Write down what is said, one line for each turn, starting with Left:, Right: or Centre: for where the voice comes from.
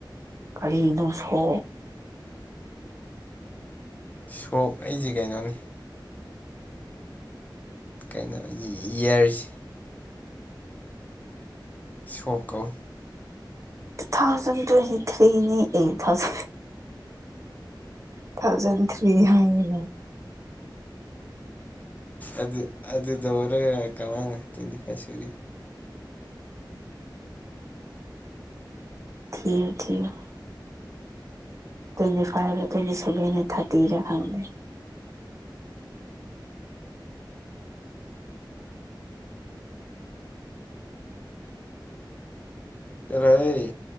Right: ꯀꯔꯤꯅꯣ ꯁꯣꯛ
Left: ꯁꯣꯛ ꯑꯩꯖꯦ ꯀꯩꯅꯣꯅꯤ ꯀꯩꯅꯣ ꯏꯌꯔꯖꯦ ꯁꯣꯛ ꯀꯧꯏ
Right: ꯇꯨ ꯊꯥꯎꯖꯟ ꯇ꯭ꯋꯦꯟꯇꯤ ꯊ꯭ꯔꯤꯅꯤ ꯑꯩ ꯊꯥꯎꯖ ꯊꯥꯎꯖꯟ ꯊ꯭ꯔꯤ ꯍꯥꯏꯔꯒ
Left: ꯑꯗꯨ ꯑꯗꯨꯗ ꯑꯣꯏꯔ ꯀꯃꯥꯏꯅ ꯇ꯭ꯋꯦꯟꯇꯤ ꯐꯥꯏꯚ ꯁꯨꯔꯤꯕ
Right: ꯊ ꯊ <unintelligible> ꯇ꯭ꯋꯦꯟꯇꯤ ꯐꯥꯏꯄ ꯇ꯭ꯋꯦꯟꯇꯤ ꯁꯚꯦꯟꯗ ꯊꯔꯇꯤꯔ ꯈꯪꯗꯦ
Left: ꯆꯠꯂꯣꯍꯣꯏ